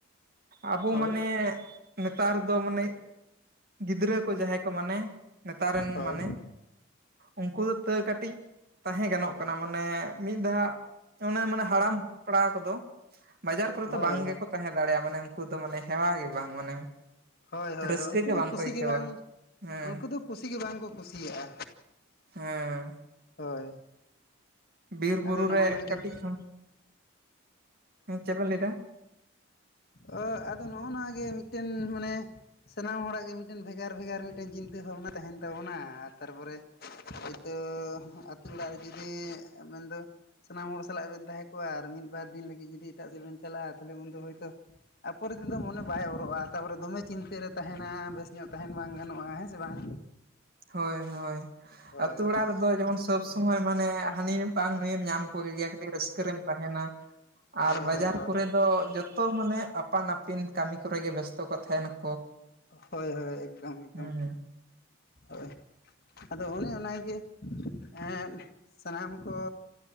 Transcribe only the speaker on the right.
ᱟᱵᱚ
ᱢᱟᱱᱮ ᱱᱮᱛᱟᱨ ᱫᱚ ᱢᱟᱱᱮ, ᱜᱤᱫᱽᱨᱟᱹ ᱠᱚ ᱡᱟᱦᱟᱸᱭ ᱠᱚ ᱢᱟᱱᱮ, ᱱᱮᱛᱟᱨ ᱨᱮᱱ
ᱢᱟᱱᱮ ᱩᱱᱠᱩ ᱫᱚ ᱛᱟᱹᱣ ᱠᱟᱹᱴᱤᱡ ᱛᱟᱦᱮᱸ ᱜᱟᱱᱚᱜ ᱠᱟᱱᱟ, ᱢᱟᱱᱮ ᱢᱤᱫ ᱫᱷᱟᱣ ᱚᱱᱮ ᱢᱟᱱᱮ ᱦᱟᱲᱟᱢ ᱛᱟ ᱠᱚᱫᱚ ᱵᱟᱡᱟᱨ ᱠᱚᱨᱮ ᱫᱚ
ᱵᱟᱝ ᱜᱮᱠᱚ ᱛᱟᱦᱮᱸ ᱫᱟᱲᱮᱭᱟᱜᱼᱟ᱾ ᱢᱟᱱᱮ ᱩᱱᱠᱩ ᱫᱚ ᱢᱟᱱᱮ ᱦᱮᱣᱟ ᱜᱮ ᱵᱟᱝ ᱢᱟᱱᱮ
ᱨᱟᱹᱥᱠᱟᱹ
ᱵᱟᱝᱠᱚ
ᱟᱹᱭᱠᱟᱹᱣᱟ
ᱦᱮᱸ
ᱦᱮᱸ᱾
ᱵᱤᱨ
ᱵᱩᱨᱩ
ᱨᱮ
ᱠᱟᱹᱴᱤᱡ
ᱠᱷᱚᱱ, ᱪᱮᱫ ᱵᱮᱱ ᱞᱟᱹᱭ ᱮᱫᱟ?
ᱦᱳᱭ ᱦᱳᱭ,
ᱟᱛᱳ ᱚᱲᱟᱜ ᱨᱮᱫᱚ ᱡᱮᱢᱚᱱ ᱥᱚᱵ ᱥᱩᱢᱚᱭ ᱢᱟᱱᱮ ᱦᱟᱹᱱᱤ ᱵᱟᱝ ᱱᱩᱭᱮᱢ ᱧᱟᱢ ᱠᱚ ᱜᱮᱭᱟ, ᱠᱟᱹᱴᱤᱡ ᱨᱟᱹᱥᱠᱟᱹ ᱨᱮᱢ ᱛᱟᱦᱮᱱᱟ ᱟᱨ
ᱵᱟᱡᱟᱨ
ᱠᱚᱨᱮ ᱫᱚ ᱡᱚᱛ ᱛᱚ ᱢᱟᱱᱮ ᱟᱯᱟᱱ ᱟᱹᱯᱤᱱ ᱠᱟᱹᱢᱤ ᱠᱚᱨᱮ ᱜᱮ ᱵᱮᱥᱛᱚ ᱠᱚ ᱛᱟᱦᱮᱱᱟ ᱾
ᱦᱩᱸ